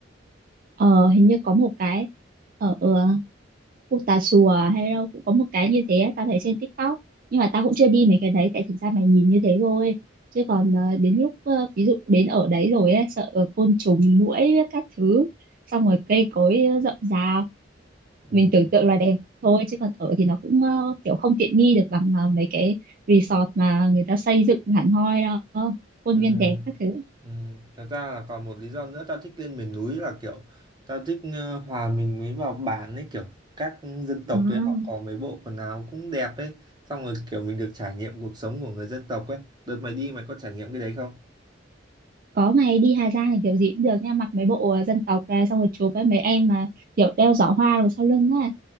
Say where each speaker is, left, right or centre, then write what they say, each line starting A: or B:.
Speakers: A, on the right (about 50°); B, on the right (about 25°).
A: Ờ, hình như có một cái ở ờ, khu Tà Xùa hay đâu cũng có một cái như thế á, tao thấy trên TikTok nhưng mà tao cũng chưa đi mấy cái đấy tại thực ra mày nhìn như thế thôi chứ còn ờ, đến lúc ờ, ví dụ đến ở đấy rồi ấy, sợ côn trùng muỗi các thứ xong rồi cây cối rậm rạp
B: ừ.
A: mình tưởng tượng là đẹp thôi chứ còn ở thì nó cũng ờ, kiểu không tiện nghi được bằng ờ, mấy cái resort mà người ta xây dựng hẳn hoi đâu khuôn
B: Ừ.
A: viên đẹp các thứ
B: Ừ. Thật ra là còn một lý do nữa tao thích lên miền núi là kiểu tao thích ờ, hòa mình mới vào bản ấy kiểu các dân tộc
A: À.
B: ấy họ có mấy bộ quần áo cũng đẹp ấy xong rồi kiểu mình được trải nghiệm cuộc sống của người dân tộc ấy đợt mày đi mày có trải nghiệm cái đấy không
A: có mày đi Hà Giang thì kiểu gì cũng được nha mặc mấy bộ ờ, dân tộc ra xong rồi chụp với mấy em mà kiểu đeo giỏ hoa đằng sau lưng á